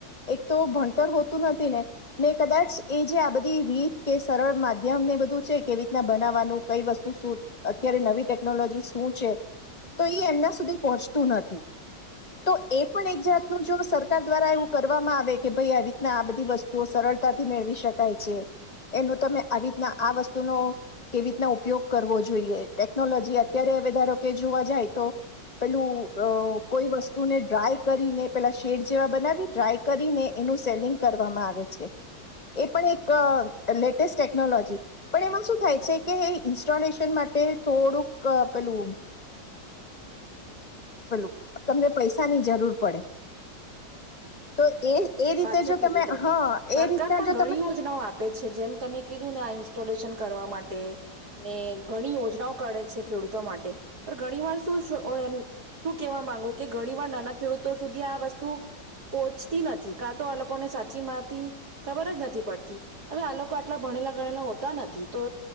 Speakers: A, on the left; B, on the right.
A: એક તો ભણ તું નથી ને ને કદાચ એ જે આ બધી રીત કે સરળ માધ્યમને બધું છે કે. બનાવવાનું કઈ વસ્તુ શ અત્યારે નવી ટેકનોલોજી શું છે તો એ એમના સુધી પહોંચતું નથી તો. એ પણ એક જાતનુંું જો સરકાર દ્વારા એવું. કરવામાં આવે કે ભાઈ આવી રીતના આ બધી વસ્તુઓ સરળતાથી મેળવી શકાય છે એનું તમે આવી રીતના આ વસ્તુનો. કેવી રીતના ઉપયોગ કરવો જોઈએ ટેકનોલોજી અત્યારે હવે ધારો કે જોવા જાય તો પેલું કોઈ વસ્તુને ડ્રાય કરીને પેલા શેડ જેવા બનાવી ડ્રાય કરીને એનું સેલિંગ કરવામાં આવે છે એ પણ એક લેટેસ્ટ ટેકનોલોજી પણ એમાં શ. કે ઇન્સ્ટોલેશન માટે થોડુંક પેલું પેલું તમને પૈસાની જરૂર પડે. તો એ એ રીતે
B: સાચું
A: જો
B: કીધું તમે
A: હા
B: સરકાર
A: એ રીતના
B: પણ
A: જો
B: ઘણી
A: તમે
B: યોજનાઓ આપે છે જેમ તમે કીધું ને આ ઇન્સ્ટોલે. કરવા માટે ને ઘણી યોજનાઓ કરે છે ખેડૂતો માટે પણ ઘણી વાર શું એમ શું કેવા માંગુ કે ઘણી વાર નાના ખેડૂતો સુધી આ વસ્તુ. પોહોચતી નથી કાં તો આ લોકોને સાચી માંતી ખબર જ નથી પડતી હવે આ લોકો આટલા ભણેલા ગણેલા હોતા નથી તો